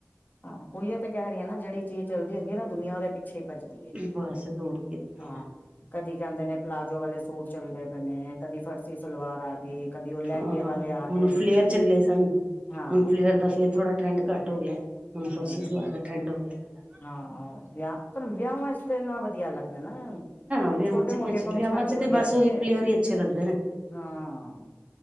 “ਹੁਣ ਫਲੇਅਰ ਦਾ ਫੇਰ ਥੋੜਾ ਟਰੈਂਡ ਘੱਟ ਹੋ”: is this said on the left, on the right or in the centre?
Right